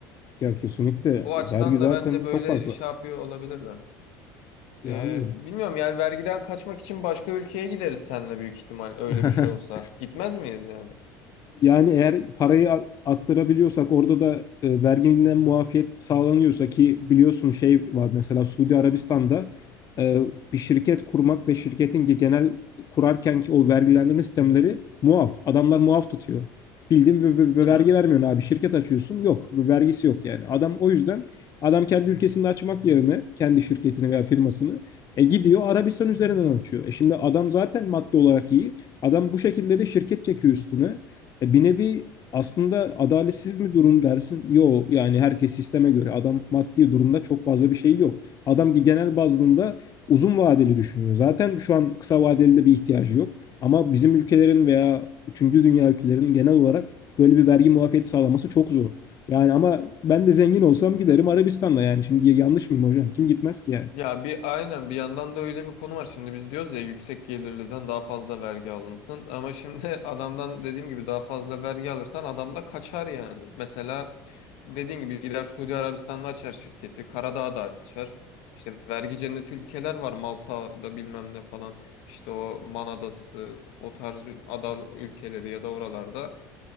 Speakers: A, on the left (about 35°); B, on the left (about 65°).
A: Ya kesinlikle
B: O
A: vergi
B: açıdan
A: zaten
B: da bence böyle
A: çok fazla.
B: şey yapıyor olabilirler.
A: Yani
B: Ee, bilmiyorum yani vergiden kaçmak için başka ülkeye gideriz seninle büyük ihtimal öyle
A: <laughs>
B: bir şey olsa. Gitmez miyiz yani?
A: Yani eğer parayı a- aktarabiliyorsak orada da e, verginden muafiyet sağlanıyorsa ki biliyorsun şey var mesela Suudi Arabistan'da e, bir şirket kurmak ve şirketin ge- genel kurarkenki o vergilendirme sistemleri muaf. Adamlar muaf tutuyor. Bildiğin ve, ve- ve
B: He.
A: vergi vermiyorsun abi. Şirket açıyorsun. Yok. Ve vergisi yok yani. Adam o yüzden adam kendi ülkesinde açmak yerine kendi şirketini veya firmasını e, gidiyor Arabistan üzerinden açıyor. E şimdi adam zaten maddi olarak iyi. Adam bu şekilde de şirket çekiyor üstüne. E, bir nevi aslında adaletsiz bir durum dersin. Yo yani herkes sisteme göre adam maddi durumda çok fazla bir şey yok. Adam ki genel bazında uzun vadeli düşünüyor. Zaten şu an kısa vadeli de bir ihtiyacı yok. Ama bizim ülkelerin veya üçüncü dünya ülkelerinin genel olarak böyle bir vergi muafiyeti sağlaması çok zor. Yani ama ben de zengin olsam giderim Arabistan'da yani. Şimdi yanlış mıyım hocam? Kim gitmez ki yani?
B: Ya bir aynen bir yandan da öyle bir konu var. Şimdi biz diyoruz ya yüksek gelirliden daha fazla vergi alınsın. Ama şimdi <laughs> adamdan dediğim gibi daha fazla vergi alırsan adam da kaçar yani. Mesela dediğin gibi gider Suudi Arabistan'da açar şirketi. Karadağ'da açar. İşte vergi cenneti ülkeler var. Malta'da bilmem ne falan. İşte o Man Adası o tarz ada ülkeleri ya da oralarda.